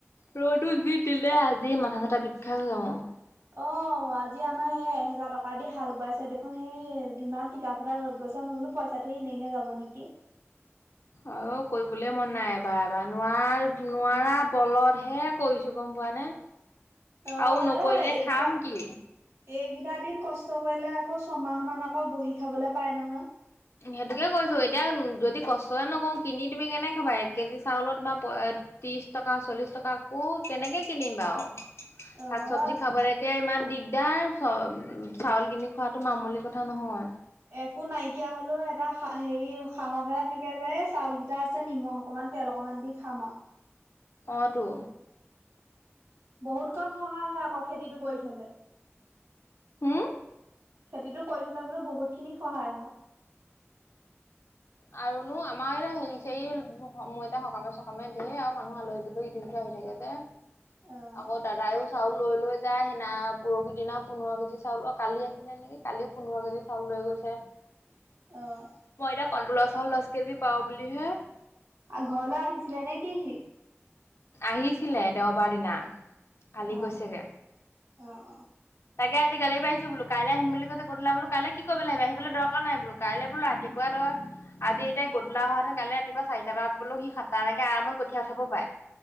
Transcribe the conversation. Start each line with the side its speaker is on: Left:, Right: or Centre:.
Left: ৰদো যি দিলে আজি মাথা চাথা বিখাই গৈছে মোৰ।
Right: অ আজি আমাৰ সেই এহেজাৰ টকা দি হাল বোৱাইছে দেখোন সেই ইমান। টিকা ফটা ৰ'দ গৈছে মই বোলো পইচাটো এনেহে যাব নেকি।
Left: অ কৰিবলৈ মন নাই এবাৰ এবাৰ নোৱাৰা নোৱাৰা বলতহে কৰিছো গম পোৱা নে।
Right: <inaudible>
Left: আৰু নকৰিলে
Right: এ এইকেইটা
Left: খাম কি?
Right: এইকেইটা দিন কষ্ট কৰিলে আকৌ ছমাহ মান আকৌ বহি খাবলে পাই নহয়।
Left: সেইটোকে কৈছো এতিয়া যদি কষ্টয়ে নকৰওঁ কিনি তুমি কেনেক খাবা এক কেজি চাউলত তোমাৰ ত্ৰিশ টকা চল্লিশ টকা আকৌ কেনেকে কিনিম বাও
Right: অ'
Left: শাক চবজি খাবলে। শাকে ইমান দিগদাৰ চাউল কিনি খোৱাটো মামলি কথা নহয়।
Right: একো নাইকিয়া হলেও এটা হেৰি সাহস এটা থাকে যে চাউল কেইটা আছে নিমখ অকমান। তেল অকণমান দি খাম আৰু
Left: অটো,
Right: বহুত কন সহায় হয় আকৌ খেতিটো কৰি থলে।
Left: হুম?
Right: খেতিটো কৰি থলে বোলো বহুত খিনি সহায় হয়।
Left: আৰুনো আমাৰ এতিয়া হেৰিছে এই সময় এতিটা সকামে চকামে দিয়ে আৰু মানুহ আলহী, আহি থাকে যে
Right: অ'
Left: আকৌ দাদায়ও চাউল লৈ লৈ, যাই সিদিনা পৰহি দিনা পোন্ধৰ কেজি চাউল অ কালি আছিলে নেকি কালিও পোন্ধৰ কেজি চাউল লৈ গৈছে।
Right: অহ,
Left: মই এতিয়া কন তলৰ চাউল দহ কেজি পাওঁ বুলিহে।
Right: আ ঘৰ লে আহিছিলে নেকি সি।
Left: আহিছিলে দেওবাৰ দিনা। কালি
Right: অ'
Left: গৈছেগে
Right: অ'
Left: তা আজি গালি পাৰিছো বোলো কাইলৈ আমহিম বুলি কইলৈ বোলো কি কৰিবলৈ দকাৰ নাই বোলো কাইলৈ বোলো ৰাতিপুৱাটো। আজি এতিয়া গধূলা অহা হেতেন কালি ৰাতিপুৱা চাৰিটা বোলেও সি সাতটালৈকে আৰামত কঠিয় উঠাব পায়।